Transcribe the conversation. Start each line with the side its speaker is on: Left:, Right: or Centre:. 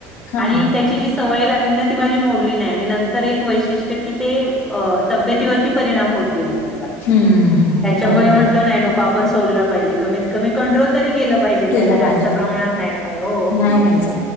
Left: हा
Centre: आणि त्याची जी सवय लागलीना ती माझी मोडली नाही आणि नंतर एक वैशीष्ट की ते, अ ताब्यती वर ती परिणाम होत गेला त्याचा,
Left: हम्म हम्म
Centre: ह्याच्यामुळे
Left: बरोबर
Centre: म्हटलं
Left: आहे
Centre: नाही नको आपण सोडल पाहिजे कमीत कमी कंट्रोल तरी केल पाहिजे
Left: केला
Centre: त्याला जास्त
Left: पाहिजे
Centre: प्रमाणात नाही काय हो.
Left: नाही घ्यायचा